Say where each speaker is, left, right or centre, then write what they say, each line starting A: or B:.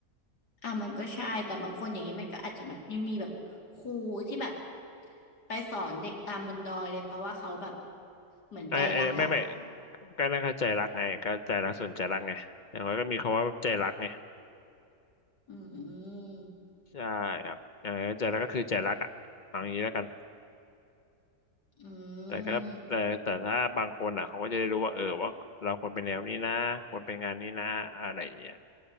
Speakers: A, on the left; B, on the left.
A: อ่ะมันก็ใช่แต่บางคนอย่างนี้มันก็อาจจะแบบยังมีแบบครูที่แบบไปสอนเด็กตามบนดอยเลยเพราะว่าเขาแบบเหมือนใจรักอ่ะ
B: ไอ้ไอ้ไม่ไม่ก็น่าเข้าใจรักไงก็ใจรักส่วนใจรักไงอย่างน้อยก็มีคำว่าใจรักไง
A: อืม
B: ใช่ครับอย่างน้อยใจรักก็คือใจรักอ่ะเอาอย่างนี้แล้วกัน
A: อื
B: แต่ก็แต่แต่ถ้าบางคนอ่ะเขาก็จะได้รู้ว่าเออว่าเราควรเป็นแนวนี้นะควรเป็นงานนี้นะอะไรอย่างเงี้ย
A: ม